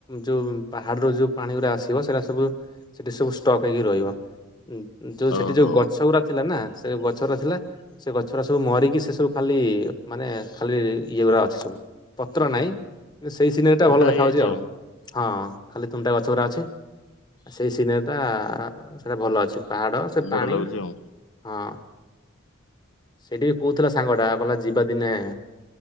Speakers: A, on the left (about 20°); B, on the left (about 75°).
A: ଯୋଉ ପାହାଡ ର ଯୋଉ ପାଣି ଗୁରା ଆସିବ ସେଇଟା ସବୁ ସେଠି ସବୁ ଷ୍ଟ୍ରକ୍ ହେଇକି ରହିବ ଯୋଉ ସେଠି
B: ଓହୋ
A: ଯୋଉ ଗ ସଗୁରା ଥିଲା ନା ସେ ଗଛ ଗୁର୍ ଥିଲା। ସେ ଗଛ ଗୁରା ସବୁ ମରିକି ସେ ସବୁ ଖାଲି ମାନେ ଖାଲି ଇଏ ଗୁରା ଅଛି ସବୁ। ପତ୍ର ନାଇଁ କି ସେଇ ସିନେରି ଟା
B: ଖୁଣ୍ଟା
A: ଭଲ
B: ହେଇଯାଇଛି
A: ଦେଖାଯାଉଚି ଆଉ ହଁ। ଖାଲି ଖୁଣ୍ଟା ଗଛ ଗୁରା ଅଛି ସେଇ ସିନେରିଟା ସେଇଟା ଭଲ ଅଛି। ପାହାଡ଼ ସେ
B: ବଢିଆ
A: ପାଣି
B: ଲାଗୁଛି ଆଉ।
A: ହଁ। ସେଇଠିକି କହୁଥିଲା ସାଙ୍ଗଟା କହିଲା ଯିବା ଦିନେ